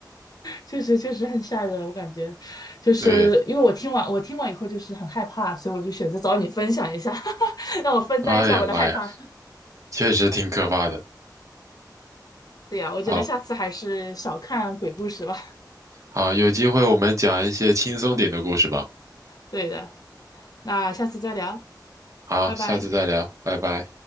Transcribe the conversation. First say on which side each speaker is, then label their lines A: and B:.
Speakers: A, on the left (about 60°); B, on the right (about 45°).
A: 确实确实很吓人，我感觉，就是因为我听完我听完以后就是很害怕，
B: 对，
A: 所以我就选择找你分享一下，<laughs> 让我分担一下我的害怕。
B: 哎呀妈呀，确实挺可怕的。
A: 对呀，我觉得下次还是少看鬼故事吧。
B: 好好，有机会我们讲一些轻松点的故事吧。
A: 对的，那下次再聊，
B: 好，
A: 拜拜。
B: 下次再聊，拜拜。